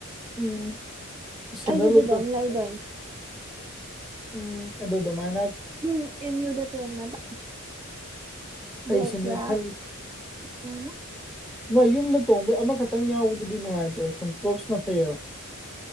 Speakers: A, in the centre; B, on the right.
A: ꯎꯝ ꯁꯦꯟꯗꯜ
B: ꯑꯩꯁꯨ ꯑꯗꯨ
A: ꯎꯞꯄ
B: ꯗꯝ ꯂꯥꯏꯗꯣꯏꯅꯤ
A: ꯎꯝ ꯑꯗꯨ ꯑꯗꯨꯃꯥꯏꯅ
B: ꯎꯝ ꯑꯦꯝ ꯌꯨꯗ ꯇꯣꯡꯅꯕ ꯕ꯭ꯂꯦꯛꯂꯥ
A: ꯑꯩꯁꯤꯅꯦ ꯈꯜꯂꯤ
B: ꯀꯩꯅꯣꯝꯃ
A: ꯃꯣꯢ ꯌꯨꯝꯗ ꯇꯣꯡꯕꯩ ꯑꯃꯈꯛꯇꯪ ꯌꯥꯎꯕꯗꯨꯗꯤ ꯅꯨꯡꯉꯥꯏꯇꯦ ꯁꯨꯝ ꯀ꯭ꯔꯣꯛꯁꯅ ꯐꯩꯌꯦꯕ